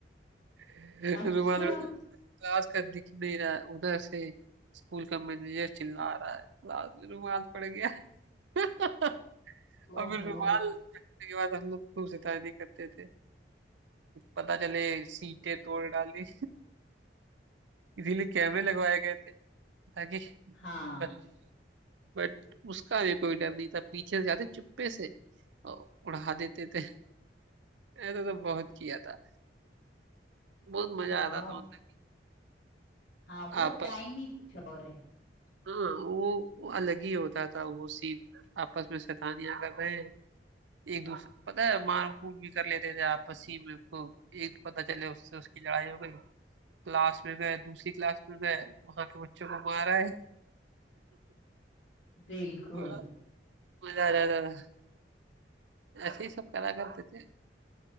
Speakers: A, on the right; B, on the left.
A: <laughs>
B: अच्छा
A: रुमाल उड़ा के, क्लास का दिख नहीं रहा है। उधर से स्कूल का मैनेजर चिल्ला रहा है क्लास में रुमाल पड़ गया <laughs> और
B: ओहो
A: फिर रुमाल कटने के बाद हम लोग खूब शैतानी करते थे पता चले सीटें तोड़ डाली इसीलिए कैमरे लगवाए गए थे ताकि
B: हाँ
A: बट बट उसका भी कोई डर नहीं था पीछे से जाते चुप्पे से अ, उड़ा देते थे ऐसा तो बहुत किया था बहुत मजा
B: वाह
A: आता था मतलब
B: हाँ वो
A: हाँ, आपस
B: टाइम ही कुछ और है
A: हाँ वो, वो अलग ही होता था वो सीन आपस में शैतानियां कर रहे हैं एक दूसरे पता है मार कूट भी कर लेते थे आपस ही में खूब एक पता चले उससे उसकी लड़ाई हो गई क्लास में गए दूसरी क्लास में गए वहां के बच्चों को मारा है
B: बिल्कुल
A: बड़ा मजा आ जाता था ऐसे ही सब करा करते थे